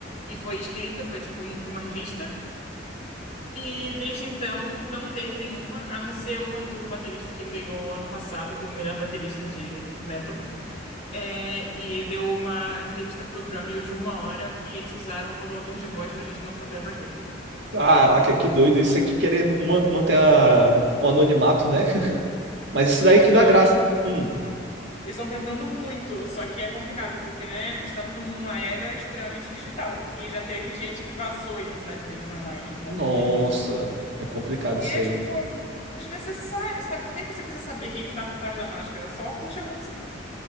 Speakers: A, on the left; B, on the right.
A: E foi escrita, foi tipo um- por uma revista. E desde então não teve nenhuma, a não ser uma do baterista que ele ganhou ano passado como melhor baterista de metal. É, e ele deu uma entrevista pro Drumeo de uma hora e eles usaram um modulador de voz pra gente não saber a voz dele.
B: Caraca, que doido. Isso aqui querer man- manter a- o anonimato, né? <laughs> Mas isso daí
A: Eles
B: que
A: estão
B: dá graça. Hum,
A: eles estão tentando muito, só que é complicado, porque, né, estamos numa era extremamente digital e já teve gente que vazou a identidade deles online, então
B: nossa,
A: teve...
B: é complicado
A: E
B: isso
A: é,
B: aí.
A: tipo, desnecessário, sabe? Por que que você precisa saber quem que tá por trás da máscara? Só curte a música.